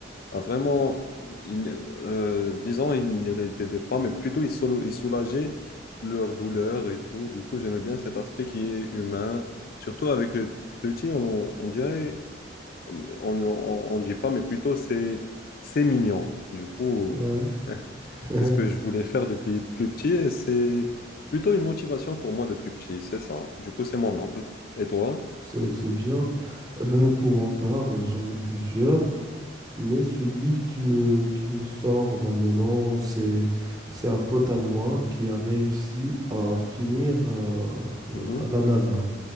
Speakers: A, on the left (about 50°); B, on the right (about 20°).
A: ah, vraiment, il, ne- euh, disons, ils ne les aidaient pas, mais plutôt ils, sol- ils soulageaient leur douleur et tout. Du coup, j'aimais bien cet aspect qui est humain. Surtout avec les petits, on, on dirait, on ne dit pas, mais plutôt c'est c'est mignon. Du coup,
B: Ouais.
A: <laughs>
B: <laughs>
A: c'est ce que je voulais faire depuis plus petit et c'est plutôt une motivation pour moi depuis petit, c'est ça. Du coup, c'est mon oncle. Et toi?
B: C'est c'est bien. Eh ben, pour ma part, euh, j'en ai plusieurs, mais celui qui me, qui me sort maintenant, c'est, c'est un pote à moi qui a réussi à finir euh,
A: Mhm.
B: à la NASA.